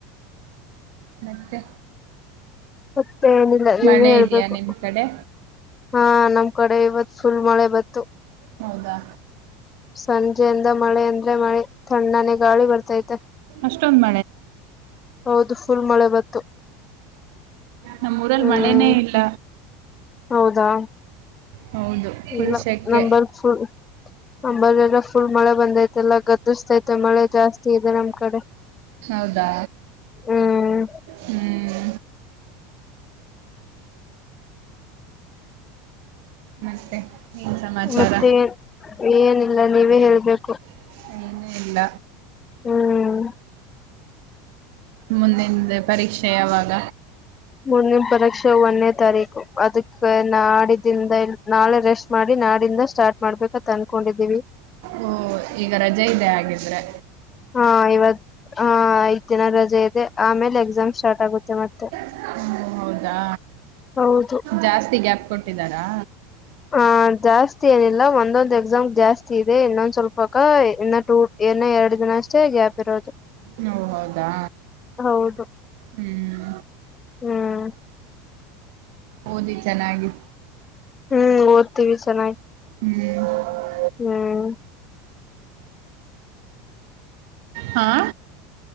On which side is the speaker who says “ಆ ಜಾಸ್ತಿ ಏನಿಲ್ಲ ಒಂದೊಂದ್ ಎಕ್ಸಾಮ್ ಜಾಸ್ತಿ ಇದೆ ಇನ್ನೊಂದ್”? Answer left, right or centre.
Left